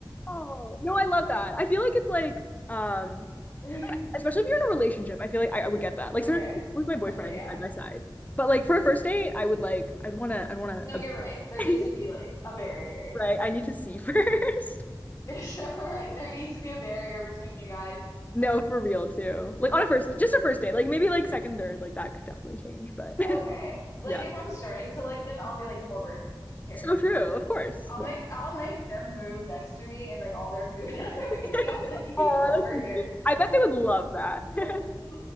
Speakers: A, on the left; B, on the left.
A: Oh no, I love that. I feel like it's like, um,
B: <laughs>
A: especially if you're in a relationship, I feel like I, I would get that. Like
B: Okay.
A: sometimes with my boyfriend
B: Okay, yeah.
A: side by side, but like for a first date, I would like, I'd wanna, I'd wanna,
B: No, you're right. There
A: <laughs>
B: needs to be like a barrier.
A: right? I need to see <laughs> first.
B: <laughs> So, right, there needs to be a barrier between you guys.
A: No,
B: Like,
A: for real too. Like on a first, just a first date. Like maybe like second, third, like that could definitely change, but
B: okay.
A: <laughs>
B: Like
A: yeah.
B: if I'm starting to like them, I'll be like, come over here.
A: So true, of course.
B: I'll
A: Like,
B: make I'll make them move next to me and like all their food <laughs> and
A: <laughs>
B: everything. I'll be like, you could
A: oh,
B: come over
A: that's so
B: here
A: cute.
B: and sit
A: I bet they would love that. <laughs>
B: next to me.